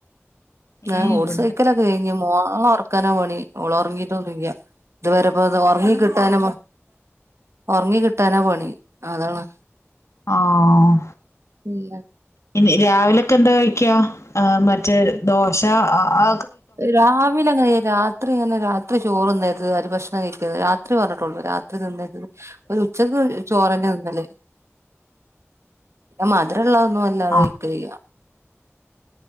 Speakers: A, on the left (about 80°); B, on the right (about 70°).
A: ഏഹ്
B: ഏ ഓട്സ്
A: ഇവടെ
B: കഴിക്കൽ ഒക്കെ കഴിഞ്ഞ് മോളെ ഒറക്കാനാ പണി ഓള് ഉറങ്ങിട്ടൊന്നില്യ ഇതുവരെപ്പൊ അത് ഉറങ്ങി കിട്ടാന ഒറങ്ങി കിട്ടാനാ പണി അതാണ്
A: ആഹ്
B: പിന്നെ
A: ഇനി രാവിലെ ക്ക എന്താ കഴിക്ക മറ്റേ ദോശ ആ
B: രാവി ഇല്ലങ്ങനെ രാത്രി ഇങ്ങനെ രാത്രി ചോറ്ന്നരുത് അരി ഭക്ഷണം കഴിക്കരുത് രാത്രി പറഞ്ഞിട്ടുള്ളൂ രാത്രി തിന്നരുത് ഒരു ഉച്ചക്ക് ചോറന്നെ തിന്നല് മധുരമുള്ളൊന്നും വല്ലാതെ
A: ആഹ്
B: കഴിക്കലില്ല